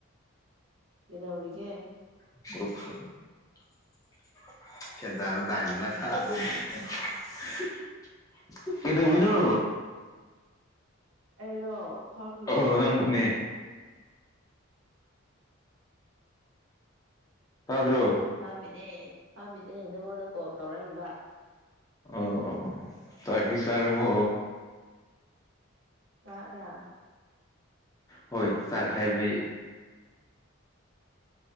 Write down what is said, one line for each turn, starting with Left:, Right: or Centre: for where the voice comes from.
Right: ꯀꯩꯗꯧꯔꯤꯒ‌ꯦ
Left: <unintelligible> <unintelligible> ꯀꯩꯗꯧꯋꯤꯅꯣ
Right: ꯑꯩꯔꯣ ꯐꯝꯃꯤꯅꯦ
Left: ꯑ‌ꯣ ꯅꯪꯕꯨꯅꯦ ꯇꯥꯗ꯭ꯔꯣ
Right: ꯐꯝꯃꯤꯅ‌ꯦꯗꯦ ꯐꯝꯃꯤꯅ‌ꯦ ꯅꯉꯣꯟꯗ ꯀꯣꯜ ꯇꯧꯔꯛꯏꯕ
Left: ꯑꯣꯑꯣ ꯇꯥꯏꯕꯤ ꯆꯔꯕꯣ
Right: ꯆꯥꯛꯔꯥ
Left: ꯍꯣꯏ ꯆꯥꯛ ꯍꯥꯏꯕꯅꯤ